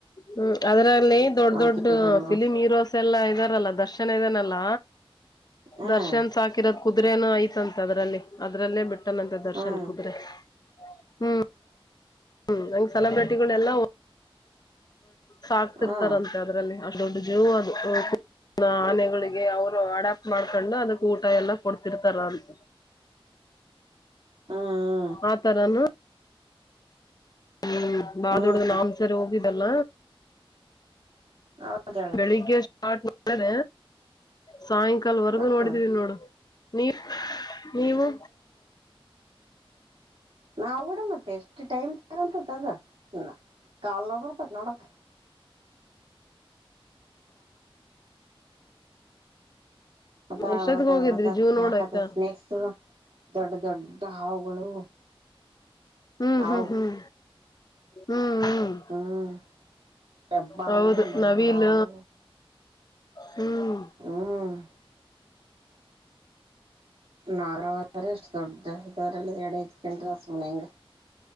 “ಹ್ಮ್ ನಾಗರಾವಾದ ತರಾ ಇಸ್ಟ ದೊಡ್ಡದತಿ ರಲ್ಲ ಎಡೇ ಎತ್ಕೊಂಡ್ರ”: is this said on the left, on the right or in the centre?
Right